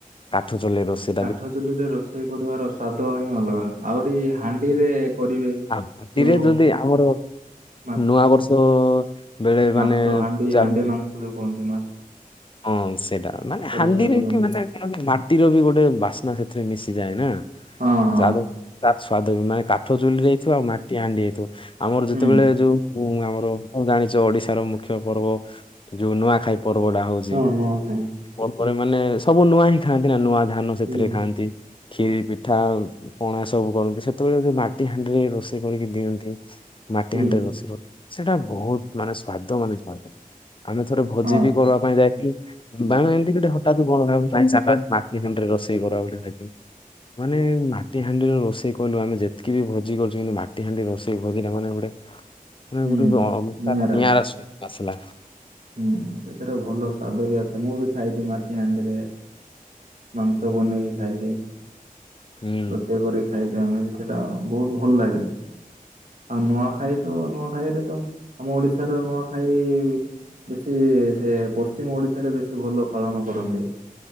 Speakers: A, on the left; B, on the right.
A: କାଠ ଚୁଲି ରୋଷେ
B: କାଠ ଚୁଲିରେ ରୋଷେଇ କରିବାର ସ୍ଵାଦ ହିଁ ଅଲଗା, ଆହୁରି ହାଣ୍ଡିରେ କରିବେ
A: ଆରଡି
B: ଯୋଉ
A: ଯଦି ଆମର
B: ମା
A: ନୂଆ ବର୍ଷ ବେଳେ
B: ମାଂସ
A: ମାନେ
B: ହାଣ୍ଡି ହାଣ୍ଡି
A: ହୁଏ
B: ମାଂସ ଯୋଉ କୁହନ୍ତି। ମାଛ
A: ହଁ। ସେଇଟା ମାନେ ହାଣ୍ଡିରେ
B: ରୋଷେଇ କରନ୍ତି
A: ମାନେ କଣ କି ମାଟିର ବି ଗୋଟେ ବାସ୍ନା ସେଥିରେ ମିଶିଯାଏ ନା।
B: ହଁ ହଁ।
A: <unintelligible> ତାର ସ୍ଵାଦ ବି ମାନେ କାଠ ଚୁଲିରେ ହେଇଥିବ ଆଉ ମାଟି ହାଣ୍ଡି ହୋଇଥିବ, ଆମର ଯେତେବେଳେ
B: ହୁଁ
A: ଯୋଉ ଆମର ଆଉ ଜାଣିଛ, ଓଡିଶାର ମୁଖ୍ୟ ପର୍ବ ଯୋଉ ନୂଆଖାଇ ପର୍ବ ଟା ହଉଛି
B: ହଁ ନୂଆଖାଇ
A: ପର୍ବରେ ମାନେ ସବୁ ନୂଆ ହିଁ ଖାଆନ୍ତି ନା, ନୂଆ ଧାନ ସେଥିରେ
B: ହୁଁ
A: ଖାଆନ୍ତି। ଖିରି, ପିଠା, ଉଁ ପଣା ସବୁ କରନ୍ତି, ସେତେବେଳେ ଯଉ ମାଟି ହାଣ୍ଡିରେ ରୋଷେଇ କରିକି ଦିଅନ୍ତି। ମାଟି
B: ହୁଁ
A: ହାଣ୍ଡିରେ ରଷେଇ କରୁ। ସେଟା ବହୁତ ମାନେ ସ୍ଵାଦ ମାନେ <unintelligible> ଆମେ ଥରେ ଭୋଜି
B: ହଁ
A: ବି ପକେଇବା ପାଇଁ ଯାଇଥିଲୁ। ବାଣ ଏମିତି ଗୋଟେ ହଠାତ୍ ଗୁଣ ଗାଉଚୁ। ନାଈଁ <unintelligible> ମାଟି ହାଣ୍ଡିରେ ରୋଷେଇ କରୁ ଆଉ ଗୋଟେ ଖାଇଥିଲୁ। ମାନେ ମାଟି ହାଣ୍ଡିରେ ରୋଷେଇ କହିଲୁ ଆମେ ଯେତିକି ବି ଭୋଜି କରିଛୁ, କିନ୍ତୁ ମାଟି ହାଣ୍ଡିରେ ରୋଷେଇ ସେଇ ଭଜିଟା ମାନେ ଗୋଟେ ମାନେ
B: ହୁଁ।
A: ଗୋଟେ
B: ନିଆରା
A: ଆ <unintelligible> ଆସିଲା।
B: ହୁଁ ସେଥିର ଭଲ ସ୍ଵାଦ ବି ଆସେ, ମୁଁ ବି ଖାଇଛି ମାଟି ହାଣ୍ଡିରେ। ମାଂସ ବନେଇକି ଖାଇଛି।
A: ହୁଁ
B: ରୋଷେଇ କରି ଖାଇକି ଆମେ ବି ସେଇଟା ବହୁତ ଭଲ ଲାଗେ। ଆଉ ନୂଆଖାଇ ତ, ନୂଆଖାଇରେ ତ ଆମ ଓଡିଶାର ନୂଆଖାଇ ବେଶୀ ସେ ପଶ୍ଚିମ ଓଡିଶାରେ ବେଶୀ ଭଲ ପାଳନ କରନ୍ତି।